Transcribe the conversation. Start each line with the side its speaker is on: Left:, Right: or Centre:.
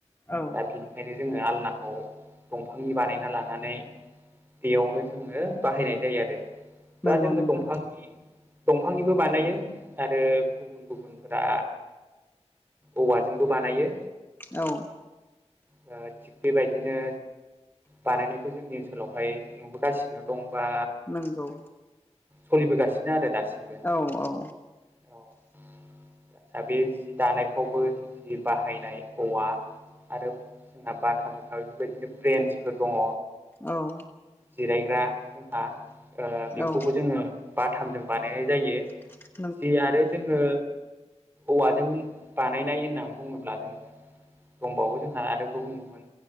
Left: औ
Right: दा बि ओंखायनो जोङो आलनाखौ दंफांनि बानायना लानानै दैयावनो जोङो बाहायनाय जायो आरो
Left: नंगौ
Right: दा जोङो
Left: नंगौ
Right: दंफांनि दंफांनिबो बानायो आरो गुबुन गुबुनफोरा औवाजोंबो बानायो
Left: औ
Right: थिग बेबायदिनो बानायनायखौ जोंनि ओनसोलावहाय नुबोगासिनो दं बा
Left: नंगौ
Right: सोलिबोगासिनो आरो दासिमबो
Left: औ औ
Right: औ आचसा बे जि दानायफ्रावबो जि बाहायनाय औवा आरो जोंहा बाथामजों थाबाय बेबायदिनो ब्रेन्सफोर दङ
Left: औ
Right: जिरायग्रा जोंहा बेखौबो
Left: औ
Right: जोङो बाथामजों बानायनाय जायो
Left: <unintelligible>
Right: जे आरो जोङो औवाजों बानायनाय होननानै बुङोब्ला जोङो दंबावो जोंहा आरो गुबुन गुबुन